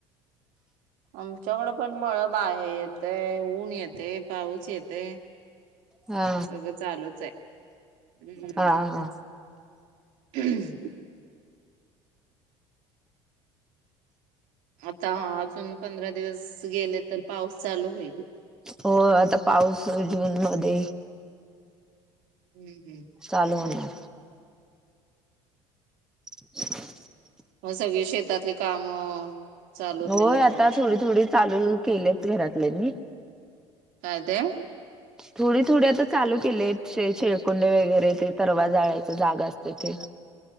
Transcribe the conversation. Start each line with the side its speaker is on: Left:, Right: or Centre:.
Right: आमच्याकडं पण मळब आहे. येतय ऊन येते पाऊस येते.
Centre: हा
Right: सगळं चालूच आहे. हम्म.
Centre: हा हा
Right: हम्. म आता अजून पंधरा दिवस गेले तर पाऊस चालू होईल?
Centre: हो आता पाऊस जूनमध्ये.
Right: हम् हम्म.
Centre: चालू होणार. <unintelligible>
Right: मग सगळी शेतातली कामं. चालू होती
Centre: होय,
Right: लोकांची
Centre: आता थोडी थोडी चालू केलीत घरातल्या म
Right: काय ते?
Centre: थोडी थोडी आता चालू केलेत. शेळ शेळकुंडे वगैरे ते तरवा जाळायच जागा असत ते.